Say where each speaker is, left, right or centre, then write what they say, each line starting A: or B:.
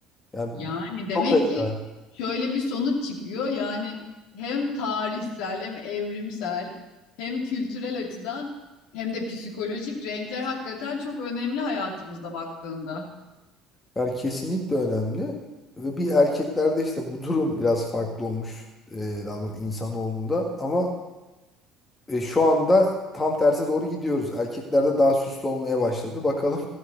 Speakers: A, on the left; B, on the left.
A: Yani
B: Yani demek
A: çok ayıp
B: ki
A: yani.
B: şöyle bir sonuç çıkıyor. Yani hem tarihsel hem evrimsel hem kültürel açıdan hem de psikolojik renkler hakikaten çok önemli hayatımızda baktığında.
A: Yani kesinlikle önemli. Ve bir erkeklerde işte bu durum biraz farklı olmuş. Ee, daha doğrusu insanoğlunda. Ama E, şu anda tam terse doğru gidiyoruz. Erkeklerde daha süslü olmaya başladı. Bakalım